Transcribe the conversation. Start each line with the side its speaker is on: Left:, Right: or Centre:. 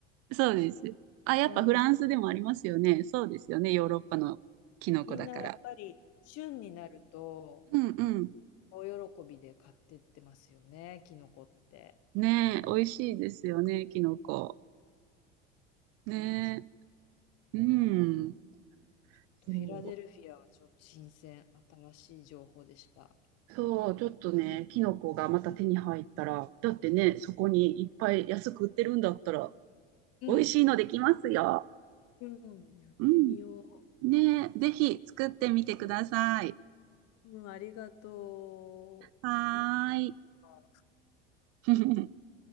Right: そうです。
Left: ました。
Right: あ、やっぱフランスでもありますよね。
Left: うん。
Right: そうですよね。ヨーロッパのキノコだから。
Left: みんなやっぱり、旬になると、
Right: うんうん。
Left: 大喜びで買ってってますよね、キノコって。
Right: ねえ、美味しいですよね、キノコ。ね
Left: そ
Right: え。うん。
Left: う。ちょっとフィラデルフィアはちょっと新鮮、
Right: そ
Left: 新しい情報でした。
Right: う。そう、ちょっとね、キノコがまた手に入ったら、だってね、そこにいっぱい安く売ってるんだったら、
Left: うん。
Right: 美味しいのできますよ。
Left: うん、やってみよ
Right: うん。ねえ、ぜひ作ってみてください。
Left: う。うん、ありがとう。お腹減ってきた。
Right: はーい。<laughs>